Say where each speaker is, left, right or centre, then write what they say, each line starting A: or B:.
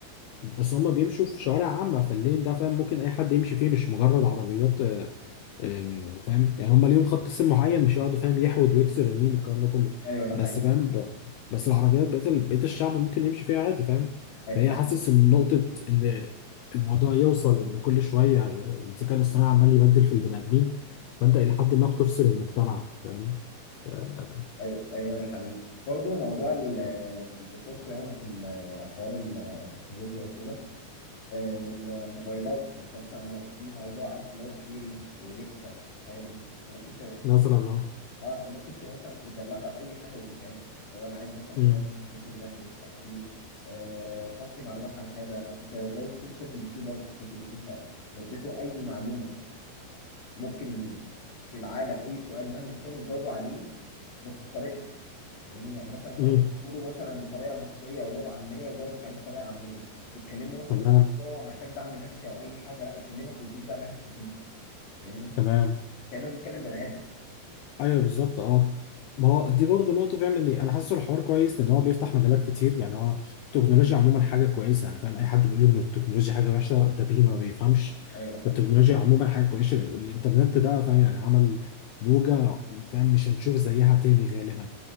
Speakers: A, on the left; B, on the left.
A: بس هما بيمشوا في شوارع عامة فاللين ده فاهم ممكن أي حد يمشي فيه مش مجرد عربيات آه، آه، فاهم يعني هم ليهم خط سير معين مش يقعدوا فاهم يحود ويكسر يمين والكلام ده كله
B: ايوه ده حقيقي
A: بس فاهم ب... بس العربيات بقيت ال... بقيت الشعب ممكن يمشي فيها عادي فاهم
B: ايوه
A: فهي
B: ده
A: حاسس
B: حقيقي
A: ان نقطة ان الموضوع يوصل ان كل شوية الذكاء الاصطناعي عمال يبدل في البني ادمين فانت الى حد ما بتفصل المجتمع فاهم آه،
B: ايوه ايوه ده حقيقي برضه موضوع ال- اللي شفته يعني في ال- حوار التكنولوجيا وكده آه، الموبايلات يعني انت مثلا في موضوع عارف اللي هو سيري واليكسا والحاجات دي ممكن
A: مثلا اه
B: اه انت ممكن ت- مثلا تدلعها باي حاجه وتجيبها لك لو انا عايز مثلا
A: أمم،
B: انام ممكن نبدا تصحيني آه هات لي معلومات عن كذا هات لي كذا زي في كل شات جي بي تي برضه شات جي بي تي انت لو اديته اي معلومه ممكن في العالم اي سؤال مهما كان يجاوبه عليه بس بطريقتك يعني, يعني مثلا انت
A: أمم،
B: تقوله مثلا بطريقه مصريه او لغه عاميه يجاوبك عليه بطريقه عاميه بتكلمه مثلا
A: تمام
B: في موضوع محتاج دعم نفسي او اي حاجه لا يكلمك ويديك دعم نفسي فيه فاهمني
A: تمام
B: كانه بيتكلم بني ادم
A: ايوه بالظبط اه ما هو دي برضه نقطة فاهم ان انا حاسه الحوار كويس لان هو بيفتح مجالات كتير يعني هو التكنولوجيا عموما حاجة كويسة يعني فاهم اي حد بيقول ان التكنولوجيا حاجة وحشة ده بيه ما بيفهمش
B: ايوه ده حقيقي
A: فالتكنولوجيا عموما حاجة كويسة لأن الانترنت ده فاهم يعني عمل موجة فاهم مش هنشوف زيها تاني غالبا